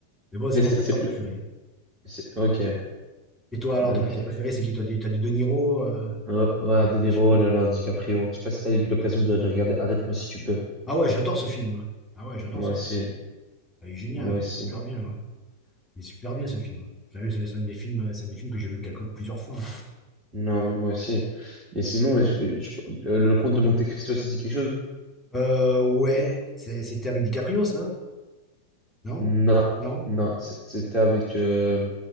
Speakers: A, in the centre; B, on the right.
A: Mais bon, c'est
B: Mais
A: mon
B: c'est
A: acteur
B: c'est plus
A: préféré.
B: c'est ok
A: Et toi, alors,
B: ok.
A: ton acteur préféré, c'est qui? T'as dit, t'as dit De Niro, euh,
B: Ouais, ouais, De
A: Pacino.
B: Niro, Leonardo DiCaprio. Je sais pas si t'as eu l'occasion de, de regarder. Arrête-moi si tu peux.
A: Ah ouais, j'adore ce film. hein. Ah ouais, j'adore
B: Moi
A: ce film.
B: aussi
A: Il est génial,
B: moi aussi.
A: super bien, ouais. Il est super bien ce film. Enfin, c'est c'est un des films, c'est un des films que j'ai vu quelque, plusieurs fois. hein.
B: Non, mais moi aussi. Et sinon, est-ce que tu- euh, le comte de Monte-Cristo, ça dit quelque chose?
A: Euh, ouais, C'est- c'était avec DiCaprio, ça? Non?
B: Non,
A: Non?
B: non. c'est- C'était avec. euh,